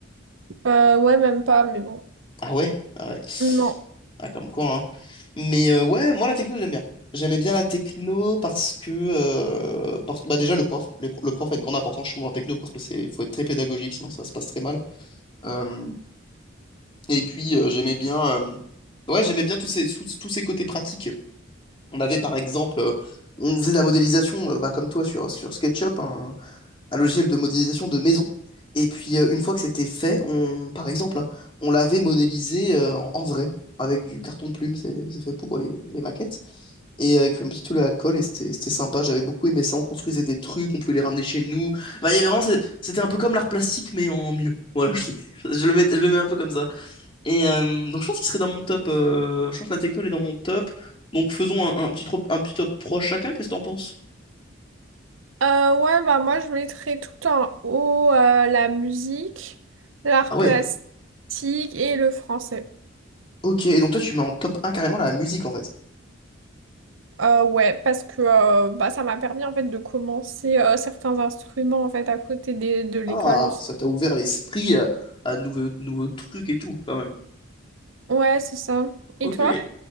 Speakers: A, on the right; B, on the left.
A: Euh, ouais, même pas, mais bon.
B: Ah ouais? Ah ouais.
A: Non.
B: Ah, comme quoi, hein. Mais euh, ouais, moi la techno, j'aime bien. J'aimais bien la techno parce que euh, parce- bah déjà le prof, le, le prof a une grande importance, je trouve, en techno parce que c'est faut être très pédagogique, sinon ça se passe très mal. Euh, et puis euh, j'aimais bien, euh, ouais, j'aimais bien tous ces tous, tous ces côtés pratiques. On avait par exemple, euh, on faisait de la modélisation, euh, bah, comme toi sur sur SketchUp, hein un logiciel de modélisation de maison. Et puis euh, une fois que c'était fait, on, par exemple, hein, on l'avait modélisé euh, en en vrai, avec du carton plume, c'est c'est fait pour les, les maquettes, et avec un petit tout la colle, et c'était c'était sympa, j'avais beaucoup aimé ça, on construisait des trucs, on pouvait les ramener chez nous. bah il y avait vraiment, c'est- c'était un peu comme l'art plastique, mais en mieux. Voilà, je, trouve- <laughs> je le mets, je le mets un peu comme ça. Et euh, donc je pense qu'il serait dans mon top, euh, je pense que la techno elle est dans mon top, donc faisons un, un petit, trop- un petit top 3 chacun, qu'est-ce que t'en penses?
A: Euh, ouais, bah moi je mettrais tout en haut euh, la musique, l'art
B: Ah ouais,
A: plastique et le français.
B: ok, et donc toi tu mets en top un carrément la musique en fait.
A: Euh, ouais, parce que euh, bah, ça m'a permis en fait de commencer euh, certains instruments en fait à côté des- de l'école
B: Ah,
A: aussi.
B: ça t'a ouvert l'esprit euh, à de nouveaux, nouveaux trucs et tout, quand même.
A: Ouais, c'est ça. Et
B: Ok,
A: toi?
B: ok.